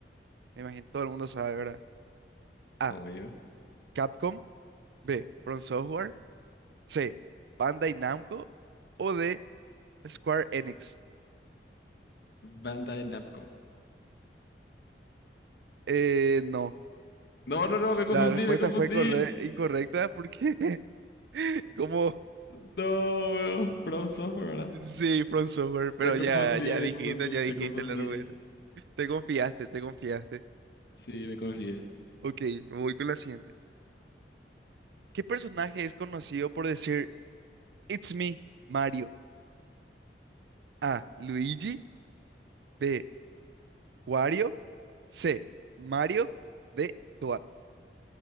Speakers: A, on the right (about 75°); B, on the left (about 65°).
A: Me imagino todo el mundo sabe, ¿verdad? A.
B: obvio.
A: Capcom. B. From Software. C. Bandai Namco. O D. Square Enix.
B: Bandai Namco.
A: Eh, no.
B: No, no, no, me confundí,
A: La respuesta
B: me confundí.
A: fue corre- incorrecta porque <laughs> como
B: No, weón. From Software, ¿verdad?
A: <laughs> sí, From Software, pero
B: Me
A: ya,
B: confundí,
A: ya dijiste,
B: me confundí,
A: ya dijiste
B: me confundí.
A: la respuesta. Te confiaste, te confiaste.
B: Sí, me confié.
A: Ok, voy con la siguiente. ¿Qué personaje es conocido por decir It's me, Mario? A. Luigi. B. Wario. C. Mario. D. Toad.